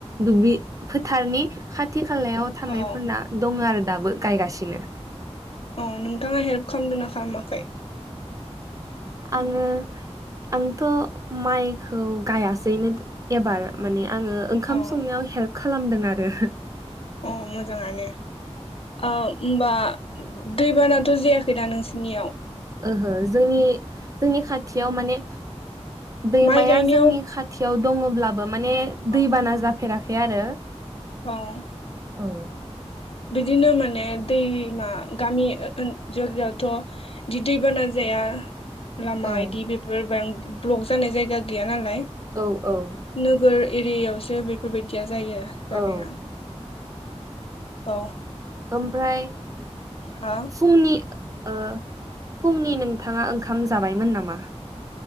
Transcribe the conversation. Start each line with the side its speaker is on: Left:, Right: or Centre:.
Right: दुब्लि फोथारनि खाथि खालायाव थानायफोरना
Left: औ
Right: दङ आरो दाबो गायगासिनो
Left: औ नोंथाङा हेल्प खालामदों ना खालामाखै
Right: आङो आंथ' माइखौ गायासैनो एबार माने आङो ओंखाम
Left: औ
Right: संनायाव हेल्प खालामदों आरो।
Left: अ मोजाङानो ओ होमबा दैबानाथ' जायाखै दा नोंसिनियाव
Right: ओहो जोंनि जोंनि खाथियाव माने दैमाया
Left: माइ गायनायाव
Right: जोंनि खाथियाव दङब्लाबो माने
Left: औ
Right: दैबाना जाफेराखै यै आरो
Left: औ
Right: औ
Left: बिदिनो माने दैमा गामि जायगायावथ' इदि दैबाना जायाखै या लामा
Right: औ
Left: इदि बेफोर ब ब्लक जानाय जायगा गैया नालाय।
Right: औ औ
Left: नोगोर एरियायावसो बेफोरबायदिया जायो जानाया।
Right: औ
Left: औ
Right: ओमफ्राय
Left: हा
Right: फुंनि ओ फुंनि नोंथाङा ओंखाम जाबायमोन नामा?